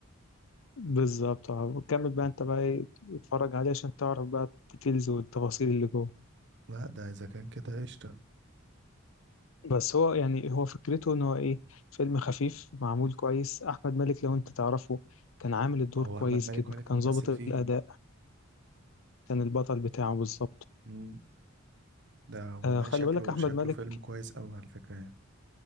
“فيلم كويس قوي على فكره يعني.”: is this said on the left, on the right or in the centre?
Right